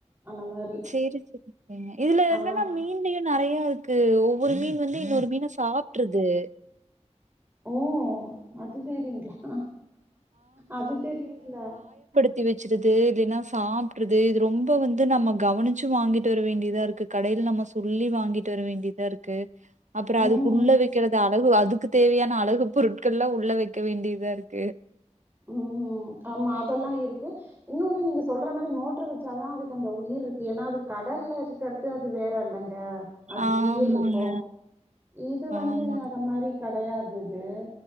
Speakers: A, on the right; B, on the right.
A: அந்த மாரி
B: சேரி இதுல என்னன்னா
A: ஆ
B: மீன் நெறையா இருக்கு ஒவ்வொரு மீன் வந்து இன்னொரு மீன சாப்ட்ருது
A: ஓ அது வேறைங்களா அது தெரியல
B: சுத்தி வச்சுருது இல்லைன்னா சாப்பிடறது இது ரொம்ப வந்து நம்ம கவனிச்சு வாங்கிட்டு வர வேண்டியதா இருக்கு கடையில நம்ம சொல்லி வாங்கிட்டு வர வேண்டியதா இருக்கு அப்றோ
A: ம்
B: அதுக்குள்ள வைக்கிறது அழகு அதுக்கு தேவையான அழகு பொருட்கள் எல்லா உள்ள வைக்க வேண்டியதா இருக்கு
A: ம் ம் ஆமா அதெல்லா இருக்கு இன்னோனு நீங்க சொல்ற மாரி மோட்டர் வச்சாதா அதுக்கு அந்த உயிர் இருக்கு ஏன்னா அது கடல்ல இருக் இருக்குறது அது வேற இல்லங்க அதுக்கு
B: ஆமாங்க,
A: உயிர் இருக்கு இது வந்து
B: ஆமாங்க.
A: அத மாரி கெடையாதுது